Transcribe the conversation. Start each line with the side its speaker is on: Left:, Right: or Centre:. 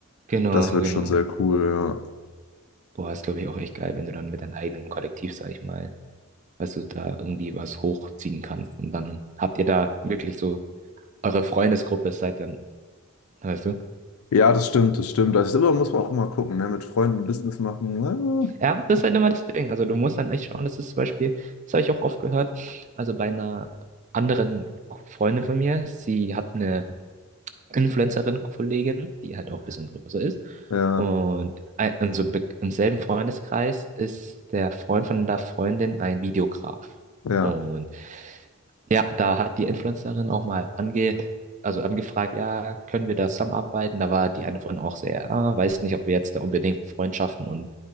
Right: genau,
Left: Das wird
Right: genau.
Left: schon sehr cool, ja.
Right: Boah, ist, glaube ich, auch echt geil, wenn du dann mit deinem eigenen Kollektiv, sag ich mal, weißt du, da irgendwie was hochziehen kannst. Und dann habt ihr da wirklich so eure Freundesgruppe, seid dann, weißt du?
Left: Ja, das stimmt, das stimmt. Das ist immer, muss man auch immer gucken, ne? Mit Freunden Business machen. ah,
Right: Ja, das ist halt immer das Ding. Also du musst dann echt schauen, das ist zum Beispiel, das habe ich auch oft gehört, also bei einer anderen K- Freundin von mir, sie hat eine Influencerin-Kollegin, die halt auch ein bisschen größer ist.
Left: Ja.
Right: Und ein, also im be- im selben Freundeskreis ist der Freund von der Freundin ein Videograf.
Left: Ja,
Right: Und ja, da hat die Influencerin auch mal ange, also angefragt, ja, können wir da zusammenarbeiten? Da war die eine von auch sehr, ah, weiß nicht, ob wir jetzt da unbedingt Freundschaften und